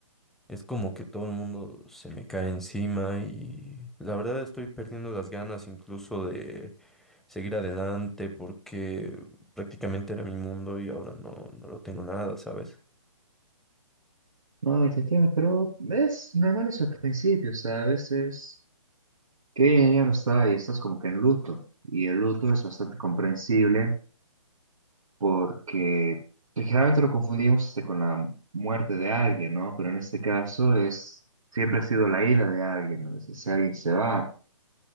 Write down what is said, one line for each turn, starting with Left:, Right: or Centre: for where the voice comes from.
Centre: es como que todo el mundo se me cae encima y la verdad estoy perdiendo las ganas incluso de seguir adelante porque prácticamente era mi mundo y ahora no, no lo tengo nada, ¿sabes?
Right: No, te entiendo, pero es normal eso al principio, ¿sabes? Es que ella ya no está y estás como que en luto. Y el luto es bastante comprensible porque pues, generalmente lo confundimos este, con la muerte de alguien, ¿no? Pero en este caso es, siempre ha sido la ida de alguien, ¿no? Es- Ese alguien se va,